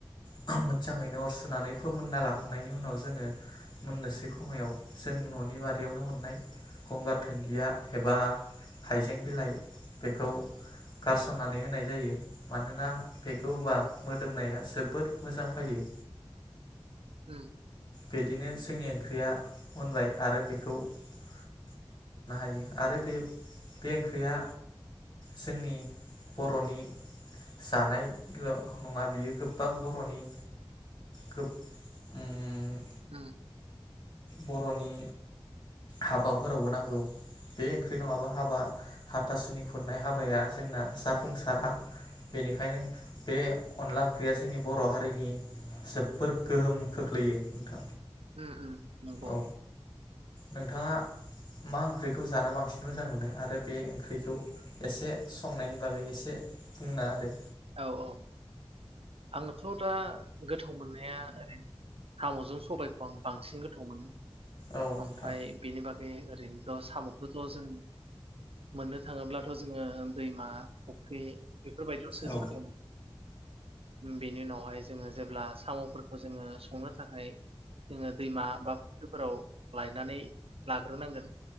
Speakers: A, on the left; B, on the right.
A: <unintelligible> मो। मोजाङैनो अर सुनानै फोमोनना लाखा खांनायनि उनाव जोङो मोननोसै समायाव जों न'नि बारियावनो मोननाय गंगार धोन्दिया एबा हाइजें बिलाइ बेखौ गारसननानै होनाय जायो मानोना बेखौ होबा मोदोमनाया जोबोद मोजां फायो।
B: उम
A: बिदिनो जोंनि ओंख्रिया मोनबाय आरो बेखौ लानो हायो आरो बे बे ओंख्रिया जोंनि बरनि जानाय <unintelligible> नङा बियो गोबां बर' रनि गोब उम
B: उम
A: बरनि हाबाफोरावबो नांगौ। बे ओंख्रि नंङाबा हाबा हाथासुनि खुरनाय हाबाया जोंना जाफुंसार दा बेनिखायनो बे अनला ओंख्रिया जोंनि बर हारिनि जोबोर गोहोम खोख्लैयो। नोंथां
B: ओम ओम नंगौ
A: औ नोंथाङा मा ओंख्रि खौ जाना बांसिन
B: उम
A: मोजां मोनो आरो बे ओंख्रिखौ एसे संनायनि बागै एसे बुंनो होदो
B: औ औ आंथ दा गोथाव मोननाया ओरै सामजों सबायाइखौ आं बांसिन गोथाव मोनो
A: औ नोंथां
B: ओमफ्राय बेनि बागै ओरैनोथ साम' खौथ जों मोननो थाङोब्लाथ जोंङो दैमा फुख्रि बेफोरबायदियावसो
A: औ
B: जों बेनि उनावहाय जोंङो जेब्ला सामफोरखौ जोंङो संनो थाखाय जोंङो दैमा बा फुख्रिफोराव लायनानै लाग्रोनांगोन